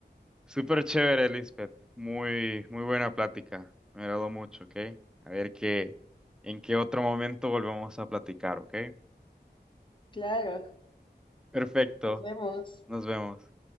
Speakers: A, in the centre; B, on the left (about 25°).
A: Súper chévere, Lisbeth. Muy, muy buena plática. Me agradó mucho, ¿ok? A ver qué, en qué otro momento volvemos a platicar, ¿ok?
B: Claro,
A: Perfecto.
B: nos vemos.
A: Nos vemos.